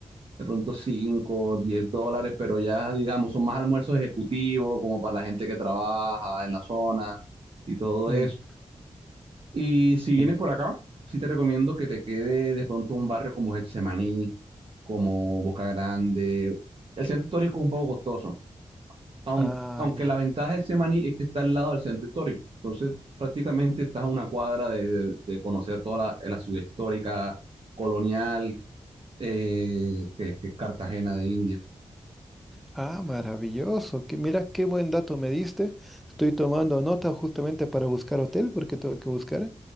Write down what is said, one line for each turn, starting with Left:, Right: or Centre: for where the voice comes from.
Right: de pronto 5, 10 dólares, pero ya digamos, son más almuerzos ejecutivos, como para la gente que trabaja en la zona y todo
Centre: Mm,
Right: eso. Y si vienes
Centre: en-
Right: por acá, sí te recomiendo que te quede de pronto un barrio como Getsemaní, como Boca Grande. El centro histórico es un poco costoso, aun-
Centre: Ah,
Right: aunque
Centre: ya.
Right: la ventaja de Semaní es que está al lado del centro histórico. Entonces, prácticamente estás a una cuadra de, de- de conocer toda la, la ciudad histórica, colonial, eh, que, que es Cartagena de Indias.
Centre: Ah, maravilloso. Que, mira qué buen dato me diste. Estoy tomando nota justamente para buscar hotel, porque tengo que buscar.